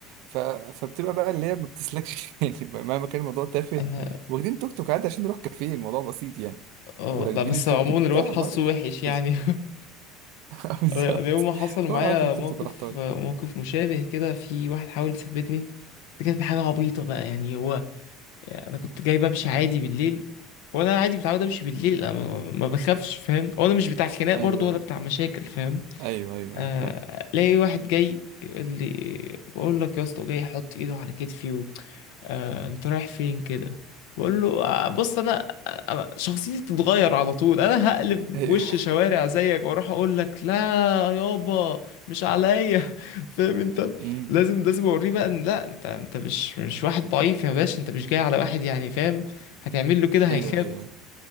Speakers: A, on the right; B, on the left.
A: ف... فبتبقى بقى اللي هي ما بتسلكش <laughs> يعني بقى مهما كان الموضوع تافه
B: انا
A: واخدين توك توك عادي عشان نروح كافيه الموضوع بسيط يعني
B: اه
A: وراكبين
B: لا بس
A: التوك
B: عموما
A: توك بتاع
B: الواد حظه
A: مر...
B: وحش يعني
A: بس-
B: <laughs>
A: <laughs> بالظبط
B: انا أنا يوم ما حصل معايا
A: هو أنا راكب التوك
B: موقف
A: توك وراح طالع
B: موقف مشابه كده في واحد حاول يثبتني دي كانت حاجه عبيطه بقى يعني هو يعني انا كنت جاي بمشي عادي بالليل وانا عادي متعود امشي بالليل انا ما ما بخافش فاهم وانا مش بتاع خناق برضو
A: ايوه
B: ولا بتاع مشاكل فاهم
A: ايوه ايوه
B: آه،
A: ايوه ايوه, فاهم.
B: الاقي واحد جاي يقول لي بقول لك يا اسطى جاي يحط ايده على كتفي و... آه، انت رايح فين كده بقول له آه، بص انا آه، أنا شخصيتي بتتغير على طول انا هقلب
A: أيوة.
B: في وش شوارع زيك واروح اقول لك لا يابا مش عليا <laughs> فاهم انت
A: <laughs> مم.
B: لازم لازم اوريه بقى ان لا انت انت مش مش واحد ضعيف يا باشا انت مش جاي على واحد يعني فاهم هتعمل له كده هيخاف
A: ايوه ايوه أيوة.